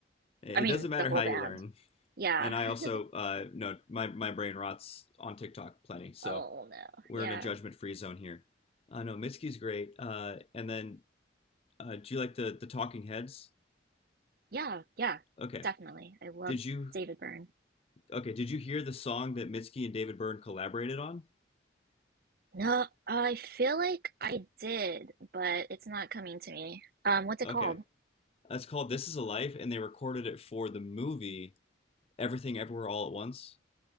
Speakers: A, on the left; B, on the right.
A: It
B: I mean,
A: doesn't matter
B: the whole
A: how
B: band.
A: you learn.
B: Yeah.
A: And I
B: <laughs>
A: also uh, no, my my brain rots on TikTok plenty, so
B: Oh no.
A: we're
B: Yeah.
A: in a judgment free zone here. Uh, no, Mitski's great. Uh, and then uh, do you like the the Talking Heads?
B: Yeah, yeah.
A: Okay.
B: Definitely. I love
A: Did you
B: David Byrne.
A: Okay, did you hear the song that Mitski and David Byrne collaborated on?
B: No, I feel like I did, but it's not coming to me. Um, what's it
A: Okay.
B: called?
A: It's called This Is a Life, and they recorded it for the movie Everything Everywhere All at Once.